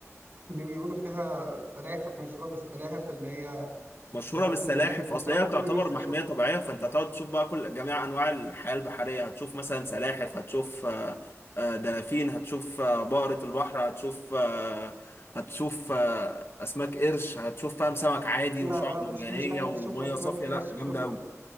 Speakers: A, on the right; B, on the left.
A: دي بيقولوا فيها سلاحف مشهوره بالسلاحف اللي هي
B: مشهوره
A: صراحة
B: بالسلاحف
A: فيلمائية دي
B: اصل
A: بصراحة
B: هي
A: دي
B: تعتبر
A: اللي نفسي
B: محميه
A: أشوفها
B: طبيعيه فانت هتقعد تشوف بقى كل جميع انواع الحياه البحريه هتشوف مثلا سلاحف هتشوف آه، آه، دلافين هتشوف آه، بقره البحر هتشوف آه، هتشوف آه، اسماك قرش هتشوف فاهم سمك عادي
A: لا
B: وشعب
A: لا مش
B: مرجانيه
A: مش عايز
B: وميه
A: أشوف أسماك
B: صافيه
A: قرش
B: لا جامده
A: شكرا
B: قوي